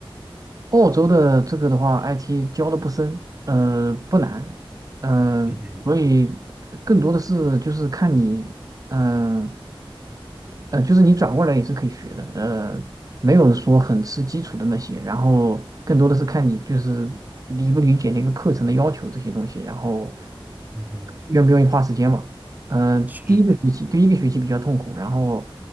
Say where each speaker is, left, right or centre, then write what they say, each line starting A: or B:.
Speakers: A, on the right; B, on the right.
A: 澳洲的这个的话，IT 教的不深，呃，不难，嗯、
B: 嗯哼
A: 所以更多的是就是看你，嗯、呃，就是你转过来也是可以学的，呃，没有说很吃基础的那些，然后更多的是看你就是理不理解那个课程的要求这些东西，然后
B: 嗯哼，
A: 愿不愿意花时间嘛。嗯、
B: 是是，
A: 第一个学期，第一个学期比较痛苦，然后